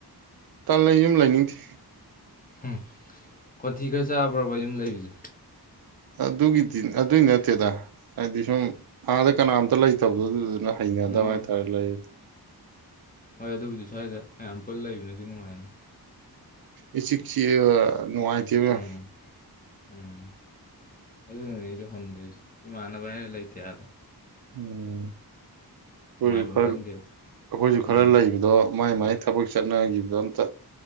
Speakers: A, on the right; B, on the left.
A: ꯇꯥꯟ ꯂꯩꯥꯏ ꯌꯨꯝꯂꯥꯏ ꯅꯤꯡꯗꯤ
B: ꯎꯝ ꯀꯣꯟꯊꯤ ꯈꯔ ꯆꯥꯕ꯭ꯔꯕ ꯌꯨꯝ ꯂꯩꯕꯥꯁꯦ
A: ꯑꯗꯨꯒꯤꯗꯤ ꯑꯗꯨꯏ ꯅꯠꯇꯦꯗ ꯍꯥꯏꯗꯤ ꯁꯨꯝ ꯑꯥꯗ ꯀꯅꯥꯝꯇ ꯂꯩꯇꯕꯗꯣ ꯑꯗꯨꯗꯨꯅ ꯍꯩꯅꯗꯕ
B: ꯑꯣ
A: ꯍꯥꯏꯇꯥꯔꯦ ꯂꯩ
B: ꯍꯣꯏ ꯑꯗꯨꯕꯨꯗꯤ ꯁ꯭ꯋꯥꯏꯗ ꯃꯌꯥꯝ ꯄꯨꯟꯅ ꯂꯩꯕꯅꯗꯤ ꯅꯨꯡꯉꯥꯏꯅꯤ
A: ꯏꯆꯤꯛ ꯆꯤꯀꯥꯒꯥ ꯅꯨꯉꯥꯏꯇꯦꯕꯥ ꯌꯥꯝ
B: ꯎꯝ ꯎꯝ ꯑꯗꯨꯗꯨꯅꯦ ꯑꯩꯁꯨ ꯍꯟꯗꯦꯁ ꯏꯃꯥꯟꯅꯕ ꯍꯥꯏꯔ ꯂꯩꯇꯦ ꯑꯥꯗ
A: ꯎ
B: ꯅꯨꯡꯉꯥꯏꯕꯝ
A: ꯑꯩꯈꯣꯏꯁꯨ ꯈꯔ
B: ꯈꯪꯗꯦꯕ
A: ꯑꯩꯈꯣꯏꯁꯨ ꯈꯔ
B: ꯎꯝ
A: ꯂꯩꯕꯗꯣ ꯃꯥꯏ ꯃꯥꯏ ꯊꯕꯛ ꯆꯠꯅꯈꯤꯕꯗ ꯑꯝꯇ